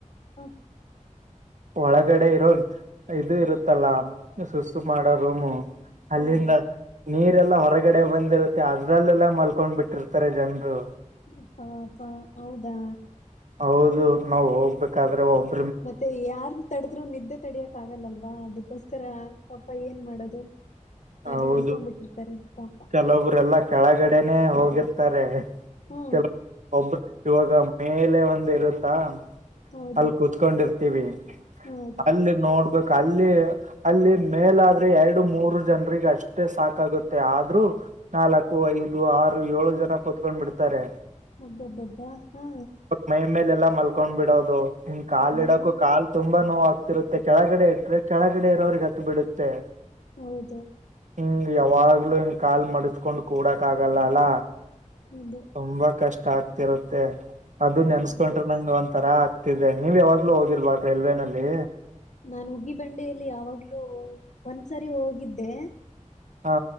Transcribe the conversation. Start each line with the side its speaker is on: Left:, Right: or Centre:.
Left: ಹ್ಮ್.
Right: ಒಳಗಡೆ ಇರೋದ್ ಇದು ಇರುತ್ತಲ್ಲಾ ಸುಸು ಮಾಡೋ ರೂಮು. ಅಲ್ಲಿಂದ
Left: ಹೌದು
Right: ನೀರೆಲ್ಲಾ ಹೊರಗೆ. ಹೊರಗಡೆ ಬಂದಿರುತ್ತೆ ಅದ್ರಲ್ಲೆಲ್ಲ ಮಲ್ಕೊಂಡ್ ಬಿಟ್ಟಿರ್ತಾರೆ ಜನ್ರು.
Left: ಅಪ್ಪಾಪಾ ಹೌದಾ.
Right: ಹೌದು ನಾವು ಹೋಗ್ಬೇಕಾದ್ರೆ ಒಬ್.
Left: ಮತ್ತೆ ಯಾರ ತಡದ್ರು ನಿದ್ದೆ ತಡಿಯಕ್ ಆಗಲ್ಲಲ್ವಾ ಅದಕ್ಕೋಸ್ಕರ. ಪಾಪ ಏನ್ ಮಾಡೋದು ಹಾಗೆ
Right: ಹೌದು
Left: ಮಲ್ಕೊ್ ಬಿಿಟ್ಟಿರ್ತಾರೆ ಪಾಪ.
Right: ಕೆಲವೊಬ್ರೆಲ್ಲಾ ಕೆಳಗಡೆನೆ ಹೋಗಿರ್ತಾರೆ.
Left: ಹಾ
Right: ಕೆಲವು ಒಬ್ಬರು ಇವಾಗ ಮೇಲೆ ಒಂದು ಇರುತ್ತಾ.
Left: ಹೌದು
Right: ಅಲ್ಲಿ ಕುೂತ್ಕೊಂಡಿರ್ತೀವಿ
Left: ಹೌದು
Right: ಅಲ್ಲಿ ನೋಡ್ಬೇಕು. ಅಲ್ಲಿ ಅಲ್ಲಿ ಮೇಲಾದ್ರೆ ಎರಡು ಮೂರು. ಜನರಿಗೆ ಅಷ್ಟೇ ಸಾಕಾಗುತ್ತೆ ಆದ್ರೂ ನಾಲ್ಕು ಐದು ಆರು ಏಳು ಜನ ಕುೂತ್ಕೊಂಡ್ ಬಿಡ್ತಾರೆ.
Left: ಒಬ್ಬೊಬ್ಬೊಬ್ಬ ಹಾ
Right: ಮೈ ಮೇಲೆ ಎಲ್ಲ ಮಲ್ ಕೊಂಡ್ ಬಿಡೋದು ಇಂಗ್ ಕಾಲ್
Left: ಹೌದಾ
Right: ಇಡಕು ಕಾಲ್ ತುಂಬ. ತುಂಬಾ ನೋವು ಆಗ್ತಿರುತ್ತೆ ಕೆಳಗಡೆ ಇಟ್ಟ್ರೆ ಕೆಳಗಡೆ ಇರೋರಿಗೆ ಹತ್ತ ಬಿಡುತ್ತೆ.
Left: ಹೌದು.
Right: ಹೂ ಯಾವಾಗ್ಲೂ ಕಾಲ್ ಮಡಸ್ಕೊಂಡ್ ಕೂಡಕ್ ಆಗಲ್ಲ ಅಲ್ಲ.
Left: ಹೌದು
Right: ತುಂಬಾ ಕಷ್ಟ ಆಗ್ತಿರುತ್ತೆ ಅದು ನೆನ್ಸ್ಕೊಂಡ್ರೆ
Left: ಹ್ಮ್
Right: ನಂಗ ಒಂತರ. ಆಗ್ತಿದೆ ನೀವ್ ಯಾವಾಗ್ಲೂ ಹೋಗಿಲ್ವ ರಲ್ವೆನಲ್ಲಿ.
Left: ನಾನು ಉಗಿ ಬಂಡೆಯಲ್ಲಿ ಯಾವಾಗ್ಲೋ ಒಂದ್ಸರಿ ಹೋಗಿದ್ದೆ.
Right: ಹಾ